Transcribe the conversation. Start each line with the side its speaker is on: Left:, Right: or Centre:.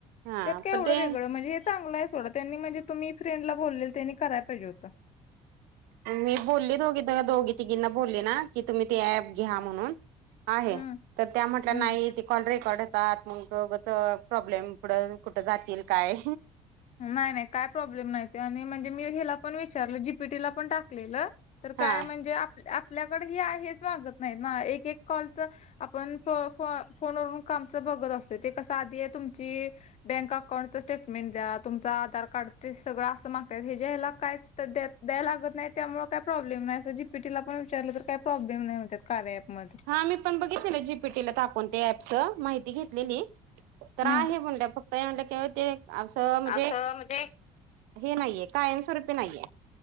Right: हा
Left: त्यात काय
Right: पण
Left: एवढं
Right: ते
Left: वेगळं म्हणजे हे चांगलं आहे सोडा. त्यांनी म्हणजे तुम्ही फ्रेंडला बोलले त्यांनी कराय पाहिजे होत.
Right: मी बोलली दोघी त दोघी तिघींना बोलली ना की तुम्ही ते अँप घ्या म्हणून. आहे
Left: हम्म
Right: तर त्या म्हटल्या
Left: हम्म
Right: नाही ती. कॉल रेकॉर्ड होतात मग उगाच प्रॉब्लेम पुढं कुठं जातील काय.
Left: नाही नाही काय प्रॉब्लेम नाही ते आणि म्हणजे मी हेला पण विचारलं जीपीटीला पण टाकलेलं. तर काय
Right: हा
Left: म्हणजे आपल्या आपल्याकडे ही आहेच वागत नाही ना एक एक कॉलच. आपण फो फो फोनवरून कामच बघत असतोय ते कस आधी तुमची. बँक अकाउंटच स्टेटमेंट द्या. तुमच आधार कार्ड ते सगळं असं मागत्यात हे ज्या ह्याला काहीच दया दया द्याय लागत नाहीत. त्यामुळे काय प्रॉब्लेम नाही अस जीपीटीला पण विचारलं तर काही प्रॉब्लेम नाही होत कार्या अँपमध्ये.
Right: हा मी आपण बघितले जीपीटीला टाकून त्या अँपच माहिती घेतलेली तर आहे
Left: हं
Right: म्हणल्या फक्त. म्हणलं कि ते असं म्हणजे
Left: असं म्हणजे
Right: हे नाहीये कायमस्वरूपी नाहीये.